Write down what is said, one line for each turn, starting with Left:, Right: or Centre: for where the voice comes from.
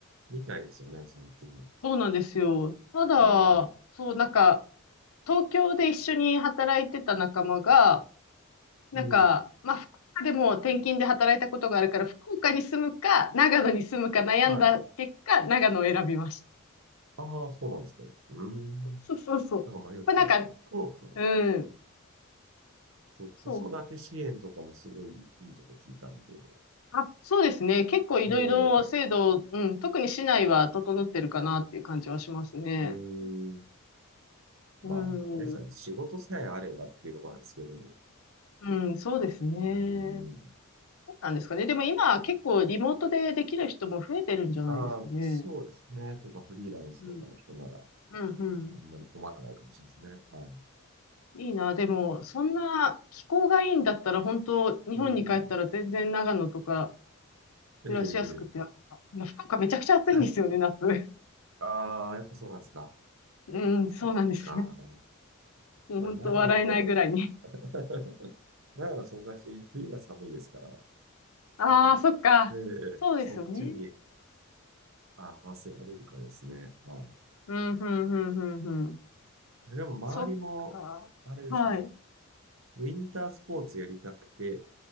Right: みたいですよね、最近。
Left: そうなんですよ。ただ、
Right: うん。
Left: そう、なんか、東京で一緒に働いてた仲間が、なんか、
Right: うん。
Left: まあ、福岡でも転勤で働いたことがあるから、福岡に住むか、長野に住むか悩んだ結果、
Right: はい。
Left: 長野を選びました。
Right: ああ、そうなんですね。うーん。
Left: そうそうそう。
Right: なんか迷うとこですね。
Left: まあ、なんか、
Right: 福岡ね、
Left: うん、
Right: そう、
Left: そう。
Right: 子育て支援とかもすごいいいとこ聞いたんで。
Left: あ、そうですね。結構いろいろ制度、
Right: ええ。う
Left: うん、特に市内は整ってるかなっていう感じはしますね。
Right: ーん。まあ、
Left: う
Right: あれですよね。
Left: ん、
Right: 仕事さえあればっていうところなんですけども。
Left: うん、そうですね。
Right: うーん。
Left: なんですかね。でも今結構リモートでできる人も増えてるんじゃないですかね。
Right: ああ、そうですね。とか、フリーランスとかの人なら、
Left: うん。うん、うん。
Right: あんまり困らないかもしれないですね。は
Left: いいな。でも、そんな気候がいいんだったら、本当日本に帰ったら全然長野とか
Right: い。うん。ええ
Left: 暮らしやすくて、あいや福岡めちゃくちゃ暑いんですよね、
Right: <laughs>
Left: 夏。<laughs>
Right: ああ、やっぱそうなんですか。
Left: うん、
Right: そっか。
Left: そうなんですよ。もう本当笑えないぐらいに。
Right: まあ、長野も、<laughs> 長野そんなし、冬が寒いですから、
Left: ああ、
Right: その
Left: そっか。
Right: え
Left: そうですよね。
Right: えそっちに合わせられるかですね。はい。
Left: うん、うん、うん、
Right: うん
Left: うん、うん。
Right: でも、周りも、
Left: そっか。
Right: あれですね。
Left: はい。
Right: ウィンタースポーツやりたくて、